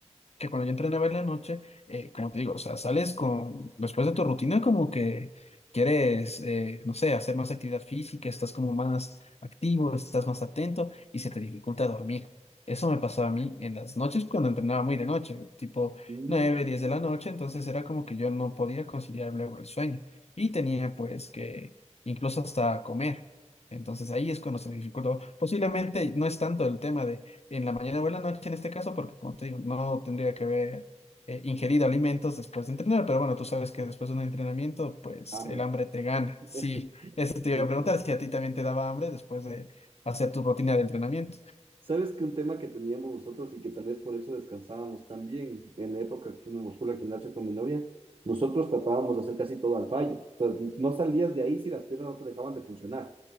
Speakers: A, on the left; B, on the right.
A: que cuando yo entrenaba en la noche, eh, como te digo, o sea, sales con, después de tu rutina como que quieres, eh, no sé, hacer más actividad física, estás como más activo, estás más atento y se te dificulta dormir. Eso me pasaba a mí en las noches cuando entrenaba muy de noche, tipo
B: Mm,
A: 9, 10 de la noche, entonces era como que yo no podía conciliar luego el sueño y tenía pues que incluso hasta comer. Entonces ahí es cuando se me dificultó. Posiblemente no es tanto el tema de en la mañana o en la noche en este caso, porque como te digo, no tendría que haber eh, ingerido alimentos después de entrenar, pero bueno, tú sabes que después de un entrenamiento, pues
B: Hambre.
A: el hambre te gana. Sí,
B: <laughs>
A: eso te
B: Literal.
A: iba a preguntar, si a ti también te daba hambre después de hacer tu rutina de entrenamiento.
B: ¿Sabes que un tema que teníamos nosotros y que tal vez por eso descansábamos tan bien en la época que me fue al gimnasio con mi novia? Nosotros tratábamos de hacer casi todo al fallo. Entonces, no salías de ahí si las piernas no te dejaban de funcionar.